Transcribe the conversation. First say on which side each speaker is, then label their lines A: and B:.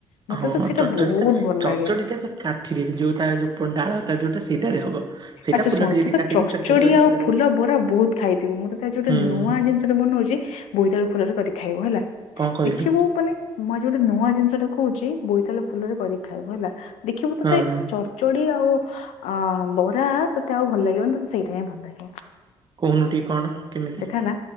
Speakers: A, on the left (about 65°); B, on the right (about 35°).
A: ମତେ
B: ହଁ
A: ତ ସେଇଟା
B: ଚର୍ଚ୍ଚଟିଟା
A: ବହୁତ ଭଲ
B: ଚର୍ଚ୍ଚଟିଟା
A: ଲାଗେ।
B: କାଠିରେ ଯୋଉ ତା ଯୋଉ ଡାଳଟା ଯୋଉଟା ସେଇଟାରେ ହବ। ସେଇଟା
A: ଆଛା
B: ଫୁଲ
A: ଶୁଣୁ
B: ଟିକେ
A: ତୁ
B: ଟିକେ
A: ତ
B: କାଟିକି
A: ଚଡ଼ଚଡି
B: ଛୋଟ ଛୋଟ କରି
A: ଆଉ
B: ପକେଇଦବା
A: ଫୁଲ ବରା ବହୁତ ଖାଇଥିବୁ, ମୁଁ ତ ତା ଗୋଟେ
B: ହୁଁ
A: ନୂଆ ଜିନିଷଟେ ବନଉଛି। ବୋଇ ତାଳୁ ଫୁଲରେ କରିିକ ଖାଇବ ହେଲା।
B: କଣ କହିଲୁ?
A: ଦେଖିବୁ ମାନେ ମୁଁ ଆଜି ଗୋଟେ ନୂଆ ଜିନିଷଟା କହୁଛି, ବୋଇତାଲ ଫୁଲରେ କରିକି ଖାଇବ ହେଲା, ଦେଖିବୁ ତତେ
B: ହଁ ହଁ।
A: ଚଚ ଚୁଡି ଆଉ ଅ ବରା ତତେ ଆଉ ଭଲ ଲାଗିବନି ତତେ ସେଇଟା ହି ଭଲ ଲାଗିବ।
B: କହୁନୁ ଟିିକେ କଣ? କେମିତି
A: ସେଟା ହେଲା